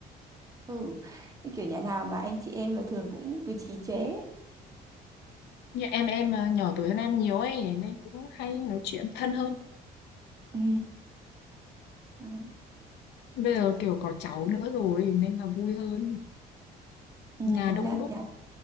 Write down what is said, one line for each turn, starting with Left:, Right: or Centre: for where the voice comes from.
Right: Ừ. Thế Kiểu nhà nào mà anh chị em là thường cũng cứ chí chế.
Left: Như em em à, nhỏ tuổi hơn em nhiều ấy nên cũng hay nói chuyện thân hơn.
Right: Ừ. Đấy.
Left: Bây giờ kiểu có cháu nữa rồi nên là vui hơn.
Right: Ừ,
Left: Nhà
Right: công
Left: đông
Right: nhận
Left: đúc,
Right: nhà